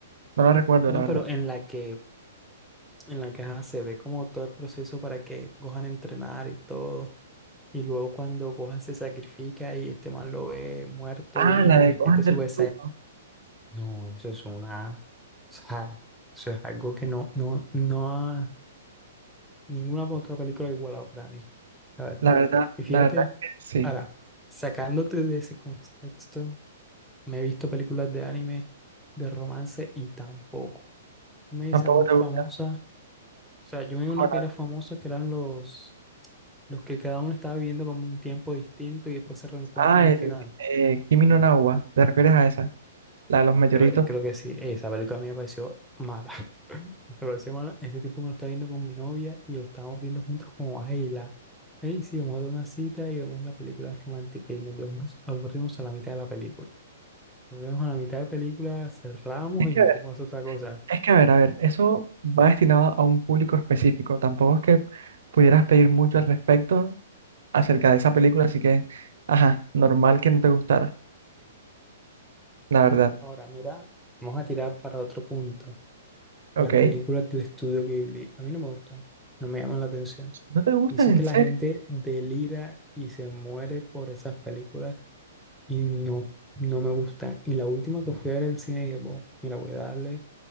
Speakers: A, on the right (about 75°); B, in the centre.
A: No la recuerdo,
B: No,
A: la verdad.
B: pero en la que, en la que ajá, se ve como todo el proceso para que Gohan entrenar y todo. Y luego cuando Gohan se sacrifica y este man lo ve muerto
A: Ah,
B: y
A: la de
B: despierta
A: Gohan
B: su
A: del
B: Super
A: Fruto.
B: No, eso es una, o sea, eso es algo que no, no, no ha ninguna otra película igualado para mí, la verdad.
A: La verdad,
B: Y fíjate,
A: la verdad es que sí.
B: ahora, sacándote de ese contexto, me he visto películas de anime, de romance y tampoco. Me
A: Tampoco
B: esa muy
A: te
B: famosa,
A: gusta.
B: o sea, yo me vi
A: ¿Cómo
B: una que
A: la
B: era
A: ves?
B: famosa, que eran los, los que cada uno estaba viviendo como un tiempo distinto y después se reencuentran
A: Ah,
B: al
A: el
B: final.
A: eh, Kimi no Nawa. ¿Te refieres a esa? La de los mayoritos
B: Creo, creo que sí. Esa película a mí me pareció mala. <laughs> Me pareció mala. Ese tipo me lo estaba viendo con mi novia y lo estábamos viendo juntos como, ay, la, ay, sí, vamos a dar una cita y vemos la película romántica y nos, nos aburrimos a la mitad de la película. Volvemos a la mitad de la película, cerramos
A: Es que
B: y nos
A: a ver,
B: fuimos a hacer otra cosa.
A: es que a ver, a ver. Eso va destinado a un público específico. Tampoco es que pudieras pedir mucho al respecto acerca de esa película. Así que, ajá, normal que no te gustara. La verdad.
B: Ahora, mira, vamos a tirar para otro punto.
A: Ok.
B: Las películas del estudio Ghibli a mí no me gustan, no me llaman la atención.
A: ¿No te gustan
B: Y eso
A: en
B: que la
A: serio?
B: gente delira y se muere por esas películas y no, no me gustan. Y la última que fui a ver el cine dije, bueno, mira, voy a darle